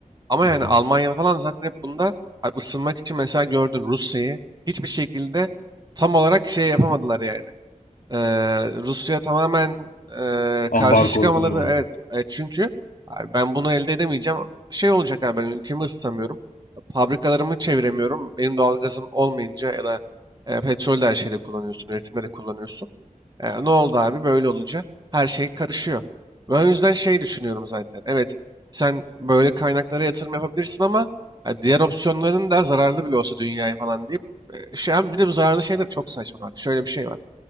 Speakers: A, on the right; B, on the left.
A: Ama
B: Hı
A: yani
B: hı.
A: Almanya falan zaten hep bunda hani ısınmak için mesela gördün Rusya'yı hiçbir şekilde tam olarak şey yapamadılar yani. Eee, Rusya tamamen eee,
B: Ambargo
A: karşı çıkamaları
B: uygulayamadı.
A: evet, evet çünkü abi ben bunu elde edemeyeceğim. Şey olacak abi ben ülkemi ısıtamıyorum. Fabrikalarımı çeviremiyorum. Benim doğalgazım olmayınca ya da e, petrol de her şeyde kullanıyorsun. Üretimde de kullanıyorsun. E, ne oldu abi böyle olunca her şey karışıyor. Ben o yüzden şey düşünüyorum zaten. Evet sen böyle kaynaklara yatırım yapabilirsin ama ha, diğer opsiyonların da zararlı bile olsa dünyaya falan deyip e, şey abi bir de bu zararlı şeyler çok saçma. Bak şöyle bir şey var.